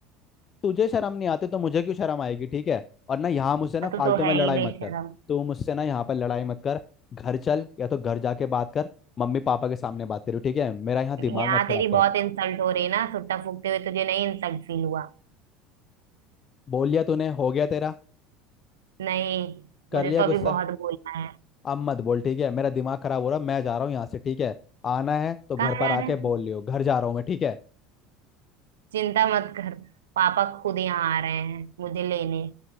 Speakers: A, on the left; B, on the right.
A: तुझे शर्म नहीं आती तो मुझे क्यों शर्म आएगी ठीक है और ना यहाँ मुझसे ना
B: हाँ तू
A: फालतू
B: तो
A: में
B: है
A: लड़ाई
B: ही बेशरम
A: मत कर तू मुझसे ना यहाँ पर लड़ाई मत कर घर चल या तो घर जाके बात कर मम्मी पापा के सामने बात करो ठीक है मेरा यहाँ दिमाग
B: यहाँ
A: मत खराब
B: तेरी बहुत
A: कर
B: इंसल्ट हो रही है ना सुट्टा फूकते हुए तुझे नहीं इंसल्ट फील हुआ
A: बोल लिया तूने हो गया तेरा
B: नहीं
A: कर
B: मुझे
A: लिया
B: तो अभी
A: गुस्सा
B: बहुत बोलना है
A: अब मत बोल ठीक है मेरा दिमाग खराब हो रहा मैं जा रहा हूँ यहाँ से ठीक है आना है तो घर
B: कहाँ जा
A: पर
B: रहे
A: आके
B: हैं
A: बोल लियो घर जा रहा हूँ मैं ठीक है
B: चिंता मत कर पापा खुद यहाँ आ रहे हैं मुझे लेने